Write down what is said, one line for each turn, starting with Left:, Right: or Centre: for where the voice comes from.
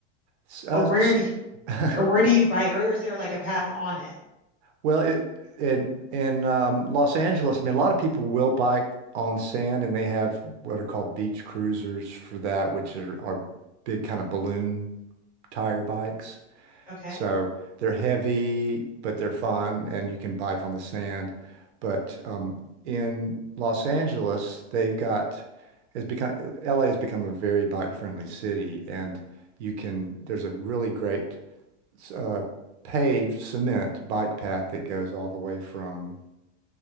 Right: S- uh,
Centre: Or where
Right: s
Centre: do you,
Right: <laughs>
Centre: or where do you bike? Or is there like a path on it?
Right: Well, it, in in um, Los Angeles, I mean, a lot of people will bike on sand, and they have what are called beach cruisers for that, which are, are big kind of balloon tire bikes.
Centre: Okay.
Right: So they're heavy, but they're fun, and you can bike on the sand. But um, in Los Angeles, they've got has become LA has become a very bike friendly city, and you can there's a really great s- uh, paved cement bike path that goes all the way from